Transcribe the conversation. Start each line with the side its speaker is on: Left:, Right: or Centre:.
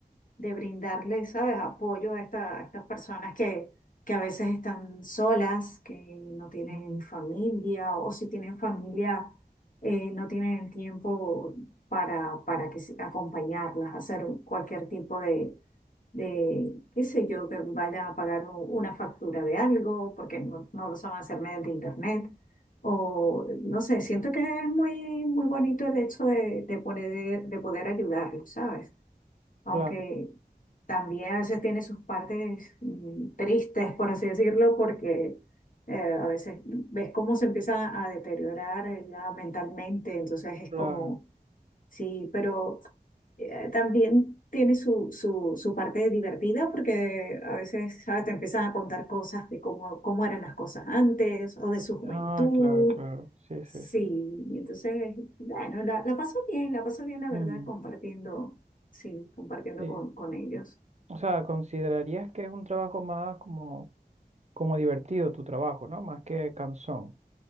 Left: de brindarle, ¿sabes?, apoyo a, esta- a estas personas que, que a veces están solas, que no tienen
Right: Mm,
Left: familia, o si tienen familia, eh, no tienen el tiempo para, para que, se- acompañarlas, hacer cualquier tipo de, de, qué sé yo, que vayan a pagar u- una factura de algo, porque no, no lo saben hacer mediante internet. O no sé, siento que es muy, muy bonito el hecho de, de poder, de poder ayudarlos, ¿sabes? aunque
Right: Claro,
Left: también a veces tiene sus partes mm, tristes, por así decirlo, porque eh, a veces ves cómo se empieza a deteriorar ella mentalmente, entonces es
Right: claro.
Left: como, sí, pero eh, también tiene su, su, su parte divertida porque a veces, ¿sabes? te empiezan a contar cosas de cómo, cómo eran las cosas antes o de su juventud
Right: Ah, claro, claro. Sí,
Left: Sí,
Right: sí, sí.
Left: y entonces, bueno, la, la paso bien, la paso bien, la verdad,
Right: Mm,
Left: compartiendo, sí, compartiendo
Right: sí.
Left: con, con ellos.
Right: O sea, considerarías que es un trabajo más como, como divertido tu trabajo, ¿no? Más que cansón.